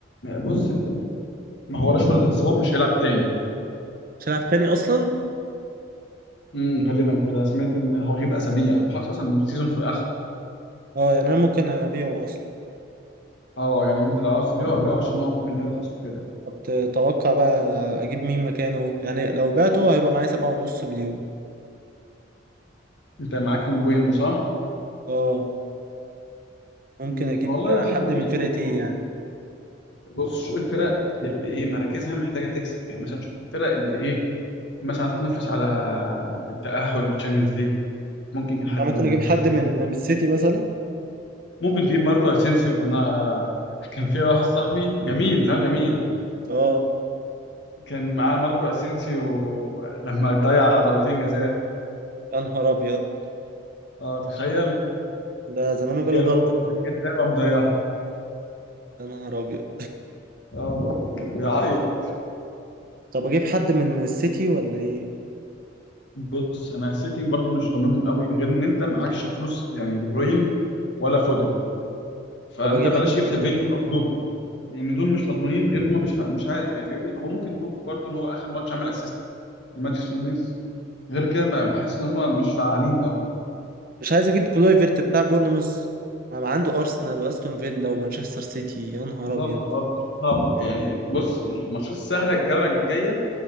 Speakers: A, on the left; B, on the right.
A: بص انت ما هو راشفورد اتصاب مش هيلعب تاني
B: مش هيلعب تاني اصلا
A: امم غالبا كده أنا سمعت ان هو غيب اسابيع هو خلاص اصلا السيزون في الاخر
B: اه يعني انا ممكن ابيعه اصلا
A: اه يعني انت لو عاوز تبيعه هبيعه عشان هو ممكن يرخص كده
B: طب تتوقع بقى اجيب مين مكانه يعني لو بعته هيبقى معايا سبعة ونص مليون
A: انت معاك مبويمو صح؟
B: اه ممكن
A: امم
B: اجيب
A: والله خط
B: حد
A: النص
B: من فرقتي
A: برضه
B: يعني
A: بص شوف الفرق اللي ايه مراكزها محتاجه تكسب يعني مثلا شوف الفرق اللي ايه مثلا عايز تنافس على التاهل للتشامبيونز ليج ممكن تجيب حد
B: انا ممكن
A: من
B: اجيب
A: مانشستر
B: حد من
A: سيتي
B: من السيتي مثلا
A: ممكن تجيب ماركو اسينسيو انا <laughs> كان في واحد صاحبي جميل تعرف جميل
B: اه
A: كان معاه ماركو اسينسيو لما ضيع ضربتين جزاء
B: يا نهار ابيض
A: اه تخيل
B: ده زمانه
A: جاله
B: جاله جلطة
A: نتيجه ازاي وقام زيها
B: يا نهار ابيض
A: اه كان بيعيط
B: طب اجيب حد من السيتي ولا ايه
A: بص انا السيتي برضو مش ضامنهم قوي غير ان انت معكش فلوس يعني دي بروين ولا فودن فانت
B: طب اجيب
A: بلاش
B: حد
A: تجيب سافينيو او دوكو لان دول مش مضمونين غير ان هم مش فا... مش عارف يعني فاهمني هو ممكن دوكو برضو ان هو اخر ماتش عمل اسيست لماتش نونيز غير كده ما حاسس ان هم مش فعالين قوي
B: مش عايز اجيب كلويفرت بتاع بورنموث ما عنده ارسنال واستون فيلا ومانشستر سيتي يا نهار
A: بالظبط
B: ابيض
A: برضه صعب يعني بص الماتشات السهله الجوله الجايه